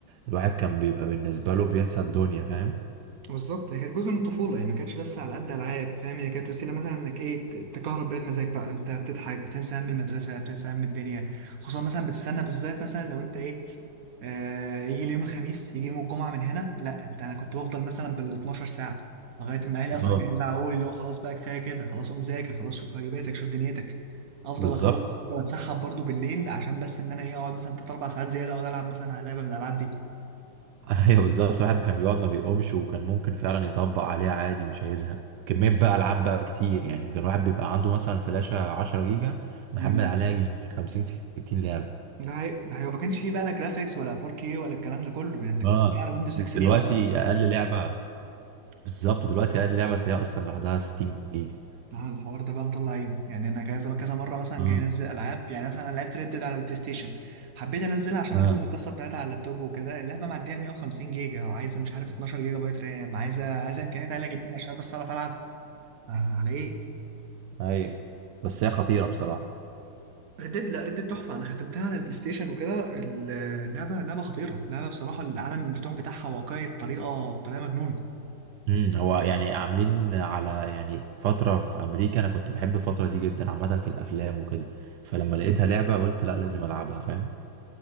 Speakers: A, on the right; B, on the right.
A: الواحد كان بيبقى بالنسبه له بينسى الدنيا فاهم
B: بالظبط هي كانت جزء من الطفولة هي ما كانتش بس على قد ألعاب فاهم هي كانت وسيلة مثلا إنك إيه ت- تكهرب بيها المزاج بقى أنت بتضحك بتنسى هم المدرسة بتنسى هم الدنيا خصوصا مثلا بتستنى بالذات مثلا لو أنت إيه آه يجي اليوم الخميس يجي يوم الجمعة من هنا لا أنت أنا كنت بفضل مثلا بال 12 ساعة لغاية ما أهلي
A: اه
B: أصلا كانوا يزعقوا لي اللي هو خلاص بقى كفاية كده خلاص قوم ذاكر خلاص شوف واجباتك شوف دنيتك أفضل
A: بالظبط
B: أخلص أفضل أتسحب برضه بالليل عشان بس إن أنا إيه أقعد مثلا تلات أربع ساعات زيادة أقعد ألعب مثلا على لعبة من الألعاب دي.
A: <laughs> ايوه بالظبط الواحد كان بيقعد ما بيقومش وكان ممكن فعلا يطبق عليها عادي مش هيزهق كمية بقى ألعاب بقى كتير يعني كان الواحد بيبقى عنده مثلا فلاشة 10 جيجا محمل
B: مم.
A: عليها يجي 50 60 لعبة
B: ده هي ده هي ما كانش فيه بقى لا جرافيكس ولا 4K ولا الكلام ده كله يعني انت كنت
A: اه
B: بتلعب على ويندوز
A: دلوقتي
B: اكس بي اصلا
A: أقل لعبة بالظبط دلوقتي أقل لعبة تلاقيها أصلا لوحدها 60 جيجا
B: اه الحوار ده بقى مطلع عيني يعني انا كذا كذا مره مثلا
A: اه
B: جاي انزل العاب يعني مثلا انا لعبت ريد ديد على البلاي ستيشن حبيت انزلها عشان
A: اه
B: اكمل القصه بتاعتها على اللابتوب وكده اللعبه معديه ال 150 جيجا وعايزه مش عارف 12 جيجا بايت رام عايزه عايزه امكانيات عاليه جدا عشان بس اعرف العب آه على ايه
A: أيوة بس هي خطيرة بصراحة
B: ردد لا ردد تحفة أنا ختمتها على البلاي ستيشن وكده ال- اللعبة لعبة خطيرة لعبة بصراحة العالم المفتوح بتاعها واقعي بطريقة بطريقة مجنونة
A: امم هو يعني عاملين على يعني فترة في أمريكا أنا كنت بحب الفترة دي جدا عامة في الأفلام وكده فلما لقيتها لعبة قلت لا لازم ألعبها فاهم